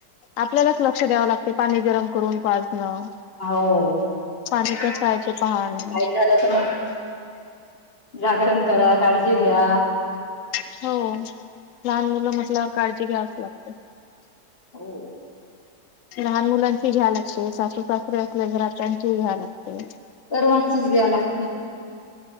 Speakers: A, on the left (about 80°); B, on the left (about 35°).
A: आपल्यालाच लक्ष द्यावं लागते पाणी गरम करून पाजणं.
B: आ हो
A: पाणी
B: काय
A: कसं आहे ते पाहणं
B: झालं तर मग जागरण करा काळजी घ्या.
A: हो लहान मुलं म्हटल्यावर काळजी घ्यावीच लागते.
B: हो
A: लहान मुलांची घ्याला लागते सासू सासरे असले घरात त्यांचीही घ्या लागते.
B: सर्वांचीच घ्या लागते.